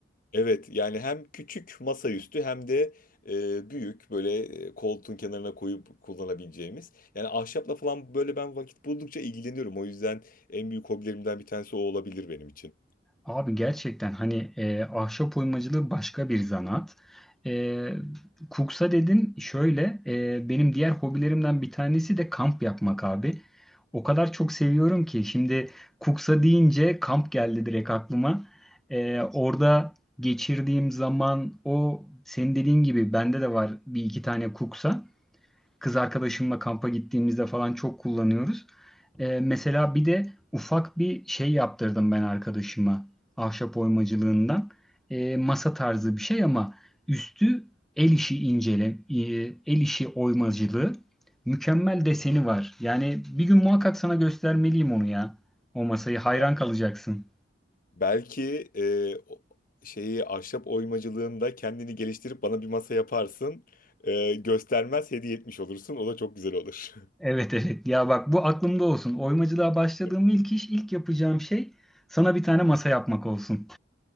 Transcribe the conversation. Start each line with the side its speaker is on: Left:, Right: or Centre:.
Left: Evet yani hem küçük masaüstü hem de e, büyük böyle e, koltuğun kenarına koyup kullanabileceğimiz. Yani ahşapla falan böyle ben vakit buldukça ilgileniyorum. O yüzden en büyük hobilerimden bir tanesi o olabilir benim için.
Centre: Abi gerçekten hani e, ahşap oymacılığı başka bir zanat. E, kuksa dedin şöyle e, benim diğer hobilerimden bir tanesi de kamp yapmak abi. O kadar çok seviyorum ki şimdi kuksa deyince kamp geldi direkt aklıma. E, orada geçirdiğim zaman o senin dediğin gibi bende de var bir iki tane kuksa. kız arkadaşımla kampa gittiğimizde falan çok kullanıyoruz. Ee, mesela bir de ufak bir şey yaptırdım ben arkadaşıma ahşap oymacılığından. Ee, masa tarzı bir şey ama üstü el işi incele, e, el işi oymacılığı. Mükemmel deseni var. Yani bir gün muhakkak sana göstermeliyim onu ya. O masayı hayran
Left: Evet.
Centre: kalacaksın.
Left: Belki e, o- şeyi ahşap oymacılığında kendini geliştirip bana bir masa yaparsın. E, göstermez hediye etmiş olursun. O da çok güzel olur.
Centre: Evet evet. Ya bak bu aklımda olsun. Oymacılığa başladığım
Left: <laughs>
Centre: ilk iş, ilk yapacağım şey sana bir tane masa yapmak olsun.